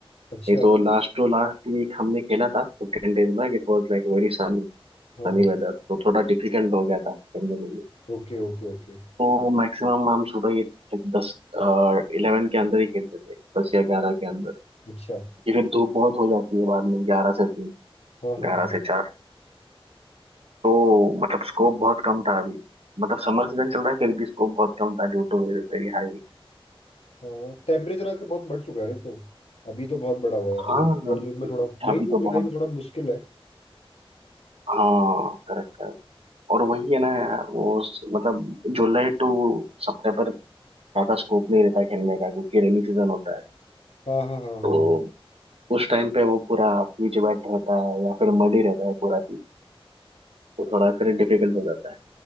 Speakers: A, on the right; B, on the left.
A: नहीं
B: अच्छा
A: तो लास्ट टू लास्ट वीक हमने खेला था फिफ्टीन डेज में it was like very sunny
B: हाँ
A: Sunny
B: हाँ
A: weather तो थोड़ा डिफिकल्ट हो गया था खेलने के लिए
B: Okay okay okay
A: तो मैक्सिमम हम सुबह ये दस इलेवन के अंदर ही खेलते थे दस या ग्यारह के अंदर
B: अच्छा
A: ये फिर धूप बहुत हो जाती है बाद में ग्यारह से तीन
B: हाँ हाँ
A: ग्यारह से चार तो मतलब स्कोप बहुत कम था अभी मतलब समर सीजन चल रहा है फिर भी स्कोप बहुत कम था ड्यू टू वेरी हाई
B: हाँ टेम्परेचर आजकल बहुत बढ़ चुका है ना तो अभी तो बहुत बड़ा हुआ है
A: हाँ
B: अभी और जून में थोड़ा मई
A: अभी
B: जून
A: तो
B: जुलाई
A: बहुत
B: में थोड़ा मुश्किल है
A: हाँ करेक्ट करेक्ट और वही है ना यार वो उस- मतलब जुलाई टू सितंबर ज्यादा स्कोप नहीं रहता खेलने का क्योंकि रेनी सीजन होता है
B: हाँ हाँ हाँ हाँ
A: तो उस टाइम पे वो पूरा पीच वेट रहता है या फिर मडी रहता है पूरा पीच तो थोड़ा फिर डिफिकल्ट हो जाता है